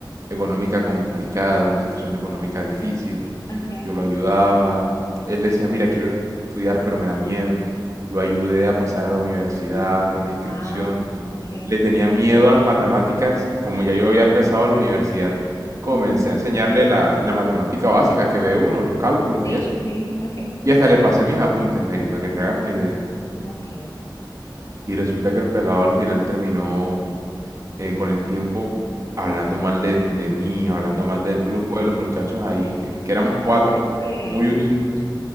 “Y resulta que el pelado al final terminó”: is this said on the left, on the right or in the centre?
Right